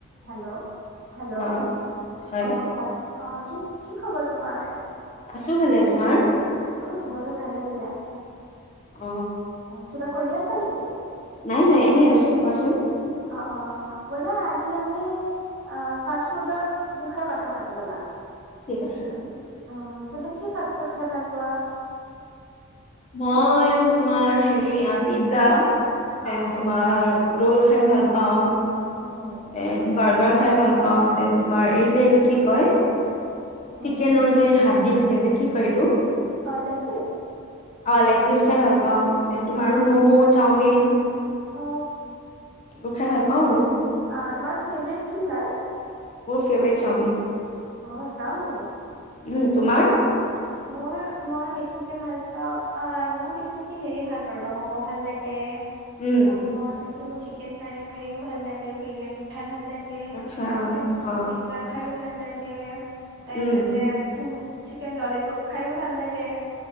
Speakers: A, on the right (about 60°); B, on the left (about 35°).
A: হেল্ল' হেল্ল'
B: অ হয়
A: অ ভ অ কি কি খবৰ তোমাৰ
B: আছো ভালে তোমাৰ
A: উম মোৰো ভালেই দিয়া
B: অ
A: কিবা কৰি আছা নেকি
B: নাই নাই এনেই আছো কোৱাচোন
A: অ অ ব'লো আজি আমি ফাষ্ট ফুডৰ বিষয়ে কথা পাতো ব'লা
B: ঠিক আছে
A: অ', তুমি কি ফাষ্ট ফুড খাই ভাল পোৱা?
B: মই তোমাৰ হেৰি আ, পিজ্জা
A: অ
B: দেন তোমাৰ ৰোল খাই ভাল পাওঁ।
A: উম উম
B: এ বাৰ্গাৰ খাই ভাল পাওঁ তেন তোমাৰ এই যে এইটো কি কয়?
A: উম
B: চিকেন যে হাত দি থাকে যে কি কয় এইটো
A: অ', লেগ পিচ
B: অ', লেগ পিচ খাই ভাল পাওঁ। এন তোমাৰ
A: অ অ
B: ম'মো, চাওমিন <inaudible>
A: অ
B: এইবোৰ খাই ভাল পাওঁ আৰু
A: অহ, তোমাৰ ফেভৰেট কি হয়?
B: মোৰ ফেভৰেট চাওমিন।
A: অ', চাওমিন।
B: উম তোমাৰ
A: অ', মোৰ মই বেছিকে ভাল ত' অ', মই বেছিকে হেৰি ভাল পাৰো বা ম'ম' ভাল লাগে।
B: উম
A: ম'ম তাইছোতে ম চিকেন ফাৰেচ খাইও ভাল লাগে, বিৰিয়ানী খাই ভাল লাগ
B: আচ্ছা
A: পিজ্জাও খাই,
B: অ
A: পিজা খায়ো ভাল লাগ এ তাৰ পিছতে
B: উম
A: উম, চিকেন ল'লিপপ খাইও ভাল লাগ কে